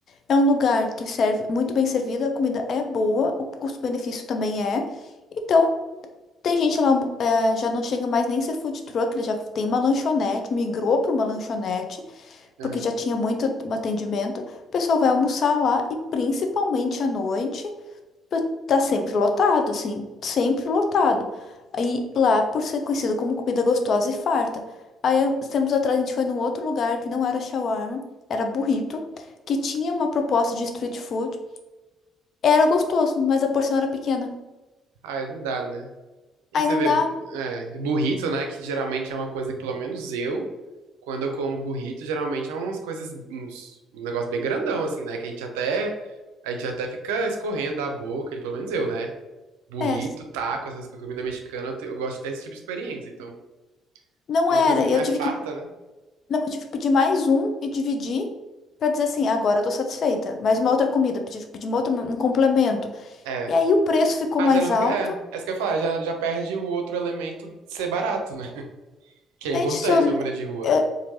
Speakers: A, on the left (about 50°); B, on the right (about 75°).
A: é um lugar que serve muito bem servido, a comida é boa, o custo-benefício também é. Então, tem gente lá, eh, já não chega mais nem ser food truck, ele já tem uma lanchonete, migrou para uma lanchonete,
B: Aham.
A: porque já tinha muito atendimento. O pessoal vai almoçar lá e principalmente à noite. Tá sempre lotado, assim, sempre lotado. Aí lá, por ser conhecido como comida gostosa e farta. Aí, uns tempos atrás, a gente foi num outro lugar que não era shawarma, era burrito, que tinha uma proposta de street food. Era gostoso, mas a porção era pequena.
B: Ah, não dá, né? E
A: Aí
B: você
A: não
B: vê,
A: dá,
B: é, burrito, né? Que geralmente é uma coisa que, pelo menos eu, quando eu como burrito, geralmente é umas coisas, uns, um negócio bem grandão, assim, né? Que a gente até, a gente até fica escorrendo a boca, ele, pelo menos eu, né? Burrito,
A: é,
B: taco, essas coisas, comida mexicana, eu, te- eu gosto de ter esse tipo de experiência. Então,
A: não
B: uma
A: era.
B: coisa que
A: E
B: não
A: eu
B: é
A: tive
B: farta,
A: que,
B: né?
A: não, eu tive que pedir mais um e dividir pra dizer assim, agora eu tô satisfeita. Mais uma outra comida, tive que pedir uma outra, um complemento.
B: É.
A: E aí o preço ficou
B: Ah,
A: mais
B: já não fica.
A: alto.
B: É, é isso que eu ia falar, já, já perde o outro elemento de ser barato, né? <laughs> Que é
A: Daí
B: importante
A: a gente se olhou,
B: na comida de rua,
A: eu,
B: né?